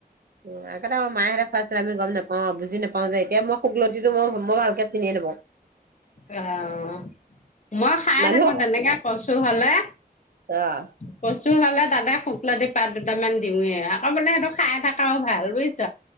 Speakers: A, on the right; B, on the left.
A: উম আগতে মাহতে খোৱাইছিল আমি গম নাপাওঁ বুজি নাপাওঁ যেতিয়া মই শুকলতিটো মই মই ভালকে চিনিয়ে নাপাওঁ।
B: অহ মই খাই
A: মানুহক
B: থাকো তেনেকে কচু হ'লে,
A: অ',
B: কচু তোৰ হ'লে তাতে শুকলতি পাত দুটামান দিওঁৱে আকৌ বোলে সেইটো খাই থকাও ভাল, বুজিছ।